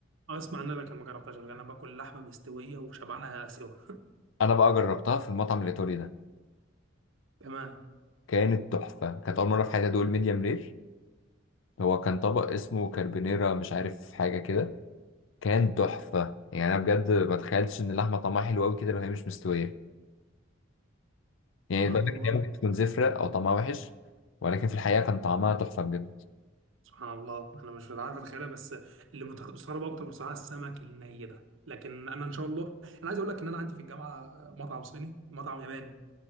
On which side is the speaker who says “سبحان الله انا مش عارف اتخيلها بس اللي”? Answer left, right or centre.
Right